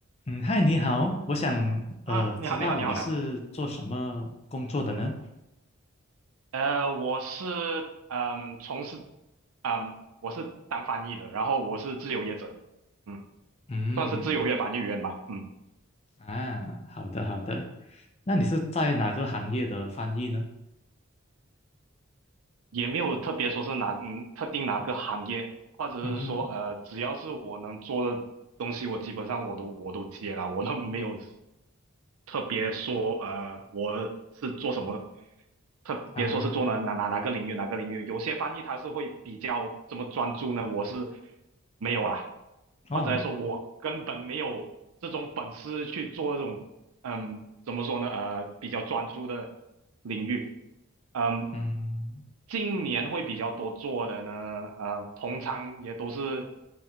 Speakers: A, on the left (about 30°); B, on the right (about 85°).
A: 嗯，嗨，你好，我想呃知道你是做什么工作的呢？
B: 啊，你好，你好，你好，你好。呃，我是嗯，从事嗯，我是当翻译的，然后我是自由业者，嗯，
A: 嗯，
B: 算是自由业翻译员吧，嗯，
A: 啊，好的好的，那你是在哪个行业的翻译呢？
B: 也没有特别说是哪嗯特定哪个行业，或者是说呃，
A: 嗯，
B: 只要是我能做的东西，我基本上我都我都接了，我都没有特别说呃我是做什么，特别说是做哪哪哪哪个领域哪个领域，
A: 啊，
B: 有些翻译他是会比较这么专注呢，我是没有啦，
A: 哦，
B: 或者来说我根本没有这种本事去做这种嗯怎么说呢呃比较专注的领域，嗯。
A: 嗯
B: 今年会比较多做的呢，呃，通常也都是，